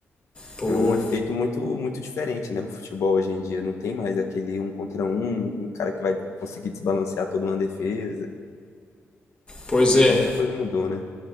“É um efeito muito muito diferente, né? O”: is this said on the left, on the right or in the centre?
Left